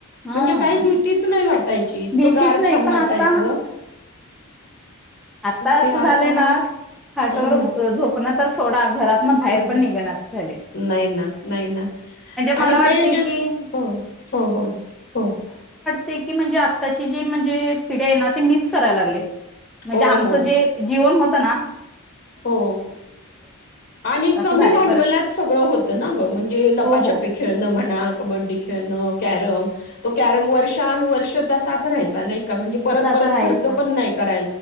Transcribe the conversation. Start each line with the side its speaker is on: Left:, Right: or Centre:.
Centre: ह
Left: म्हणजे काही भीतीच नाही वाटाय ची इतकं
Centre: भीतीच
Left: गार
Centre: नाही
Left: छान
Centre: पण
Left: वाटायचं
Centre: आता आता असं
Left: ते आता
Centre: झालंय ना खाटावर
Left: हो ना
Centre: झोप झोपणं तर सो <unintelligible> घरात ना बाहेर
Left: सोडा.
Centre: पण निघणात धड
Left: नाही ना नाही ना
Centre: मला
Left: आणि
Centre: वाटते
Left: ते जे
Centre: की
Left: हो हो हो हो.
Centre: ते की म्हणजे आत आताची जी म्हणजे पिढीय हाय ना ते म्हणजे मिस करायला लागलेय. म्हणजे
Left: हो,
Centre: आमचं
Left: हो,
Centre: जे जीवन होतं तना
Left: हो आणि कमी
Centre: असं झाले
Left: भांडवलात
Centre: परत
Left: सगळं होत ना ग म्हणजे लपाछपी
Centre: हो हो
Left: खेळण म्हणा कबड्डी खेळणं, कॅरम तो कॅरम वर्षानुवर्ष तसाच राहायचा नाही का म्हणजे परत
Centre: तसाच
Left: परत
Centre: राहायचा.
Left: खर्च पण नाही कराय